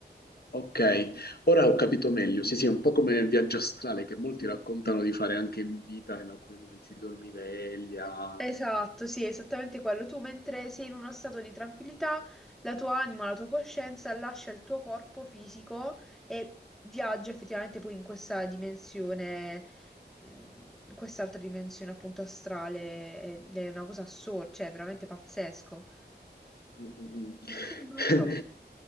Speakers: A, on the left; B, in the centre.
A: ok. Ora ho capito meglio. Sì, sì, è un po' come il viaggio astrale che molti raccontano di fare anche in vita, in alcuni momenti di dormiveglia.
B: Esatto, sì, è esattamente quello. Tu mentre sei in uno stato di tranquillità, la tua anima, la tua coscienza lascia il tuo corpo fisico e viaggia effettivamente poi in questa dimensione, mh, in quest'altra dimensione appunto astrale ed è una cosa assurda, cioè è veramente pazzesco.
A: Mm, mm.
B: Come non
A: <laughs>
B: so,